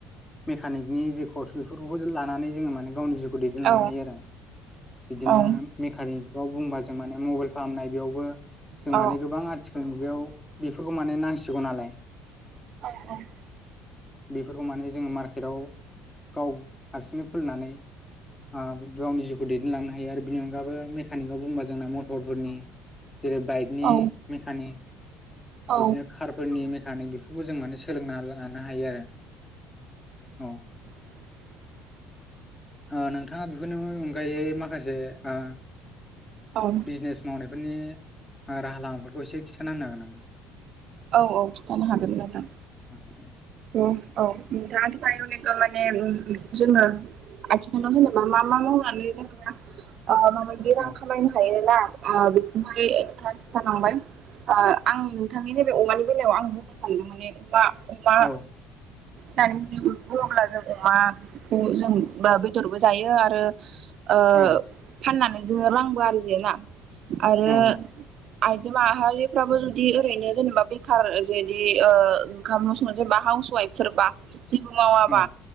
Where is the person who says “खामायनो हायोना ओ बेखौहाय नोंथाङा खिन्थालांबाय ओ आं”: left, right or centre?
Right